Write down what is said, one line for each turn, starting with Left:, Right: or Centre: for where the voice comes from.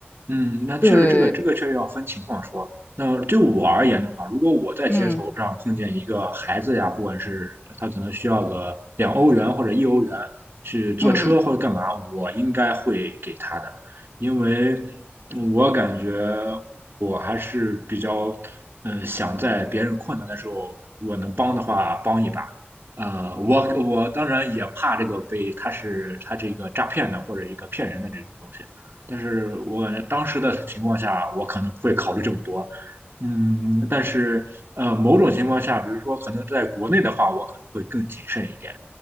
Right: 嗯，那确实，
Left: 对，
Right: 这个这个确实要分情况说。那对我而言的话，如果我在街头上碰见一个孩子呀，
Left: 嗯
Right: 不管是他可能需要个两欧元或者一欧元去坐车或者干嘛，
Left: 嗯，
Right: 我应该会给他的，因为我感觉我还是比较，嗯、想在别人困难的时候，我能帮的话帮一把。呃，我我当然也怕这个被他是他这个诈骗的或者一个骗人的这种东西。但是我感觉当时的情况下，我可能不会考虑这么多。嗯，但是呃，某种情况下，比如说可能在国内的话，我可能会更谨慎一点，